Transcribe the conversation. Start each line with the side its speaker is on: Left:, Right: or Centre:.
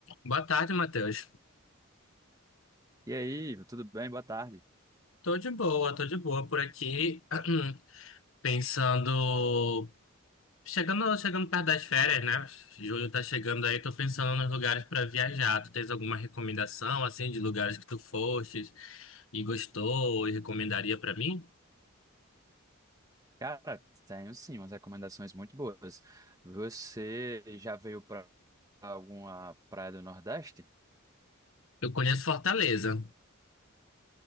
Left: Boa tarde, Matheus.
Right: E aí, tudo bem? Boa tarde.
Left: Tô de boa, tô de boa por aqui, <clears throat> pensando, chegando, chegando perto das férias, né? Julho tá chegando aí, tô pensando nos lugares pra viajar. Tu tens alguma recomendação assim de lugares que tu fostes e gostou e recomendaria pra mim?
Right: Cara, tenho sim umas recomendações muito boas. Você já veio para alguma praia do Nordeste?
Left: Eu conheço Fortaleza.